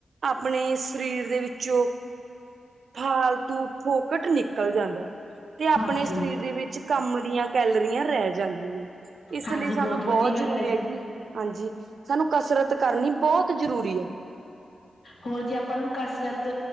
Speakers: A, on the right; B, on the left.
A: ਆਪਣੇ ਸਰੀਰ ਦੇ ਵਿੱ 'ਚ ਫਾਲਤੂ ਫੋਕਟ ਨਿਕਲ ਜਾਂਦਾ। ਤੇ ਆਪਣੇ
B: ਹਾਂਜੀ।
A: ਸਰੀਰ ਦੇ ਵਿੱਚ ਕੰਮ ਦੀਆਂ ਕੈਲਰੀਆਂ ਰਹਿ ਜਾਂਦੀਆਂ ਨੇ। ਇਸ
B: ਹਾਂਜੀ
A: ਲਈ ਸਾਨੂੰ ਬਹੁਤ
B: ਵਧੀਆ ਗੱਲ
A: ਜ਼ਰੂਰੀ
B: ਜੀ।
A: ਹੈ। ਹਾਂਜੀ, ਸਾਨੂੰ ਕਸਰਤ ਕਰਨੀ ਬਹੁਤ ਜ਼ਰੂਰੀ ਹੈ।
B: ਹੋਰ ਜੀ ਆਪਾਂ ਨੂੰ ਕਸਰਤ